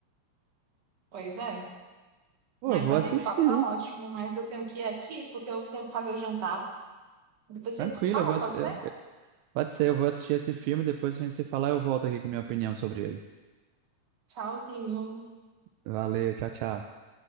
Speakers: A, on the right; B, on the right.
A: Pois é.
B: Pô,
A: Mas,
B: eu vou
A: amigo,
B: assistir.
A: o papo tá ótimo, mas eu tenho que ir aqui porque eu tenho que fazer o jantar. Depois
B: Tranquilo,
A: a gente se fala,
B: eu vou
A: pode
B: assi- eh,
A: ser?
B: eh, Pode ser, eu vou assistir esse filme. Depois que a gente se falar, eu volto aqui com minha opinião sobre ele.
A: Tchauzinho.
B: Valeu, tchau, tchau.